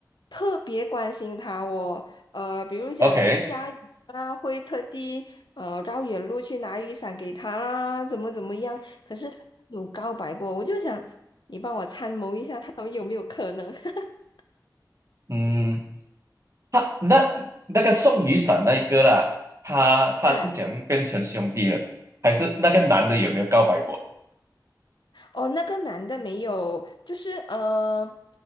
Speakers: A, on the left; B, on the right.
A: 特别关心他哦。呃，比如讲下雨啦，
B: ，OK，OK，
A: 会特地呃绕远路去拿雨伞给他啦，怎么怎么样？可是他有告白过，我就想你帮我参谋一下，他们有没有可能？<laughs>
B: 嗯。他那那个送雨伞那一个啦，他他是怎样变成兄弟了？
A: 啊。
B: 还是那个男的有没有告白过？
A: 哦，那个男的没有，就是呃，